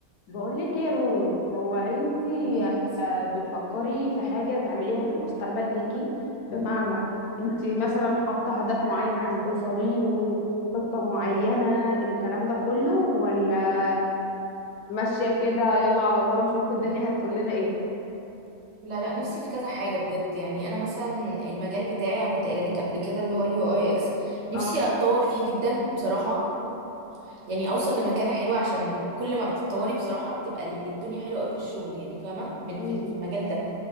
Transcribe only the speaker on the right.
قولي لي حاسه
لا لا نفسي في كذا حاجه بجد يعني انا مثلا المجال بتاعي انا كنت قايله لك قبل كده اللي هو اليو اي اكس نفسي
اتطور فيه جدا بصراحه يعني اوصل لمكانه حلوه عشان كل ما بتتطوري بصراحه بتبقى ال- الدنيا حلوه قوي في الشغل يعني فاهمه من
في في المجال ده